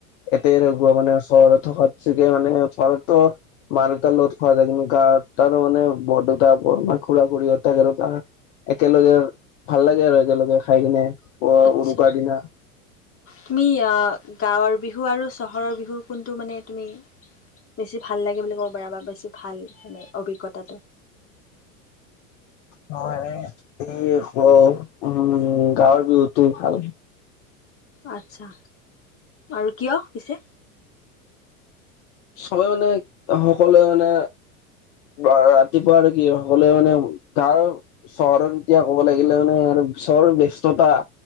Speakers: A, on the left; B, on the left.
A: এতে মানে চহৰত থকাত চেকি মানে <unintelligible> মা দুতাৰ লগত খোৱা যায় কিন্তু গা তাৰো মানে বৰদেউতা, বোমা, খুৰা, খুৰী থাকে আৰু গা একেলগে ভাল লাগে আৰু একেলগে খাই কিনে প
B: আচ্ছা
A: উৰুকাৰ দিনা
B: তুমি গাঁৱৰ বিহু আৰু চহৰৰ বিহু কোনটো মানে তুমি বেছি ভাল লাগে বুলি ক'ব পাৰা বা বেছি ভাল মানে অভিজ্ঞতাটো
A: ন এই উম গাঁৱৰ বিহুটো ভাল।
B: আচ্ছা আৰু কিয় পিছে?
A: চবে মানে সকলোৱে মানে <unintelligible> ৰাতিপুৱা আৰু কি সকলোৱে মানে গাঁৱৰ চহৰত এতিয়া ক'ব লাগিলে মানে আৰু চহৰৰ ব্যস্ত তা